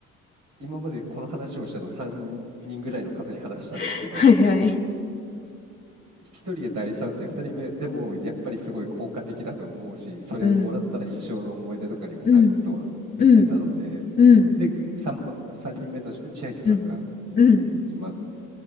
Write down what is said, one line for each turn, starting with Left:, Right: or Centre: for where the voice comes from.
Right: 今までこの話をしたの3人ぐらいの方に話したんですけど、
Left: <laughs> はいはい。
Right: 1人で大賛成、2人目でもやっぱりすごい効果的だと思うし、それもらったら一生の思い出とかにもなるとは言ってたので、
Left: うん。うん、うん、うん、
Right: で、3, 3人目として千秋さんが
Left: うん、うん。
Right: 今、